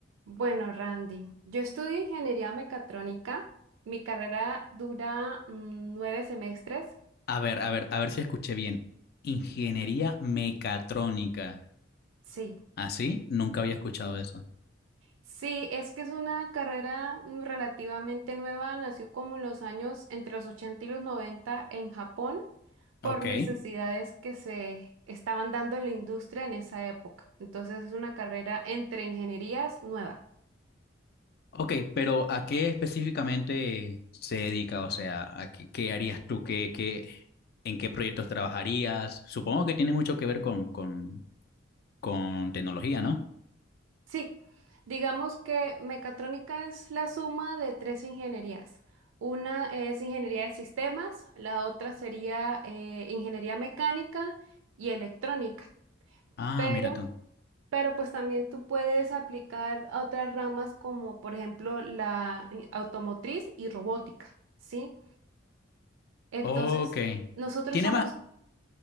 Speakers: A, on the right; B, on the left.
A: Bueno, Randy, yo estudio ingeniería mecatrónica. Mi carrera dura mm, nueve semestres.
B: A ver, a ver, a ver si escuché bien. Ingeniería mecatrónica.
A: Sí,
B: ¿Así? Nunca había escuchado eso.
A: sí, es que es una carrera mm, relativamente nueva. Nació como en los años entre los 80 y los 90 en Japón por
B: Ok.
A: necesidades que se estaban dando en la industria en esa época. Entonces es una carrera entre ingenierías nueva.
B: Ok, pero ¿a qué específicamente se dedica? O sea, ¿a qué, qué harías tú? ¿Qué, qué, en qué proyectos trabajarías? Supongo que tiene mucho que ver con, con, con tecnología, ¿no?
A: Sí, digamos que mecatrónica es la suma de tres ingenierías. Una es ingeniería de sistemas, la otra sería eh, ingeniería mecánica y electrónica.
B: Ah,
A: Pero,
B: mira tú.
A: pero pues también tú puedes aplicar a otras ramas como por ejemplo la eh, automotriz y robótica, ¿sí? Entonces,
B: Ok.
A: nosotros
B: Tiene
A: somos,
B: más...